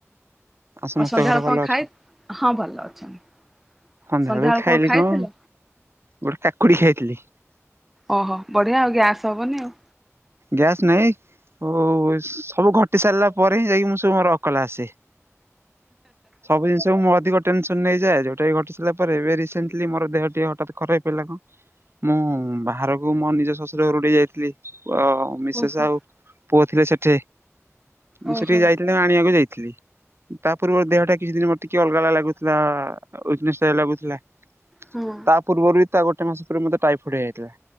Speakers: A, on the right; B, in the centre.
A: ସମସ୍ତେ
B: ଆଉ ସନ୍ଧ୍ୟାବେଳ
A: ଘରେ ଭଲ
B: କଣ
A: ଅଛନ୍ତି
B: ଖାଇ, ହଁ ଭଲ ଅଛନ୍ତି।
A: ସନ୍ଧ୍ୟାବେଳୁକୁ
B: ସନ୍ଧ୍ୟାବେଳେ
A: ଖାଇଲି
B: ଖାଇଥିଲ
A: କଣ, ଗୋଟେ କାକୁଡି ଖାଇଥିଲି।
B: ଓହୋ ବଢ଼ିଆ ଆଉ, ଗ୍ୟାସ୍ ହବନି ଆଉ।
A: ଗ୍ୟାସ୍ ନାଇଁ? ଓ ସବୁ ଘଟି ସାରିଲା ପରେ ହିଁ ଯାଇକି ମୁଁ ସବୁ ମୋର ଅକଲ ଆସେ। ସବୁ ଉଇକସ୍। ମୁଁ ଅଧିକ ଟେନସନ ନେଇଯାଏ ଯୋଉଟା ଘଟି ସାରିଲା ପରେ ଏବେ ରିସେଣ୍ଟଲି ମୋର ଦେହ ଟିଏ ହଠାତ୍ ଖରାପ ହେଲା କଣ। ମୁଁ ବାହାରକୁ ମୋ ନିଜ ଶ୍ୱଶୁର ଘରୁକୁ ଟିକେ ଯାଇଥିଲି। ଓ ହୋ ମିସେସ୍
B: ଓହୋ
A: ଆଉ ପୁଅ ଥିଲେ ସେଠି ମୁଁ
B: ଓହୋ
A: ସେଠିକି ଯାଇଥିଲି। ଆଣିବାକୁ ଯାଇଥିଲି। ତାପୂର୍ବରୁ ଦେହ ଟା କିଛି ଦିନ ମତେ ଟିକେ ଅଲଗା ଅଲଗା ଲାଗୁଥିଲା ୱିକନେସ୍ ଲାଗୁଥିଲା।
B: ହୁଁ।
A: ତା ପୂର୍ବରୁ ବି ତା ଗୋଟେ ମାସ ପରେ ଟାଇଫଏଡ ହେଇଯାଇଥିଲା